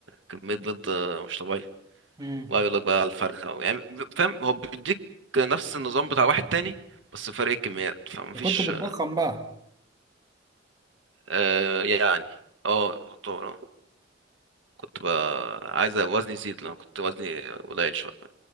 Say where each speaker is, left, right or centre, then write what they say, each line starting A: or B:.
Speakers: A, on the right (about 70°); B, on the right (about 20°).
A: كمية بيض مش طبيعية
B: مم.
A: بقى يقول لك بقى الفرخة يعني فاهم هو بيديك نفس النظام بتاع واحد تاني بس فرق الكميات فمفيش
B: كنت بتضخم بقى
A: آه يعني اه يعتبر، اه كنت بقى عايز وزني يزيد لأن كنت وزني قليل شوية